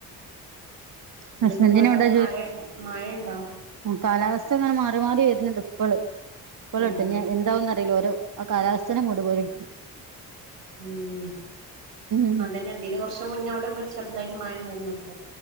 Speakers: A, on the right; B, on the right.
A: ന്തൊക്കെ
B: ഹസ്ബൻഡിന്
A: പാടവ്ടെ
B: എവിടാ
A: മഴ മഴണ്ടോ
B: കാലാവസ്ഥങ്ങനെ മാറി മാറി വരുന്നുണ്ട് ഇപ്പൾ ഇപ്പൾട്ടോ
A: ഓഹ്
B: ഞ്ഞി എന്താവുംന്നറീല ഓരോ ആ കാലാവസ്ഥനെ മൂഡ് പോലെ
A: മ്മ്
B: ഉം
A: അതന്നെ അതിന് കുറച്ച് മുന്നേവ്ടെ ചെറുതായിട്ട് മഴണ്ടായിരുന്നു